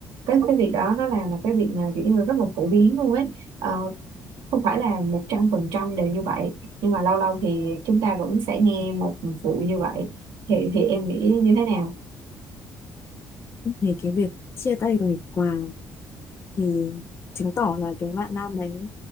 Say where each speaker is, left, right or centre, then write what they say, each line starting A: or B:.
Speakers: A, on the right (about 80°); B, on the left (about 35°).
A: cái cái việc đó nó là một cái việc mà kiểu như là rất là phổ biến luôn ấy Ờ, không phải là một trăm phần trăm đều như vậy nhưng mà lâu lâu thì chúng ta vẫn sẽ nghe một vụ như vậy thì thì em nghĩ như thế nào
B: thì cái việc chia tay rồi quà thì chứng tỏ là cái bạn nam đấy